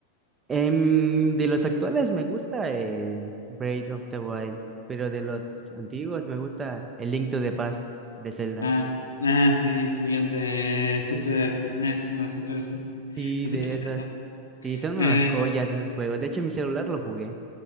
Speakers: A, on the right (about 20°); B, on the left (about 75°).
A: Em, de los actuales me gusta eh, Breath of the Wild, pero de los antiguos me gusta el Link to the Past de Zelda.
B: Ah, ah, sí, sí, el de Super NES, la Super,
A: Sí,
B: la
A: de
B: Super Nintendo.
A: esas. Sí, son
B: Eh,
A: unas joyas esos juegos. De hecho, en mi celular lo jugué.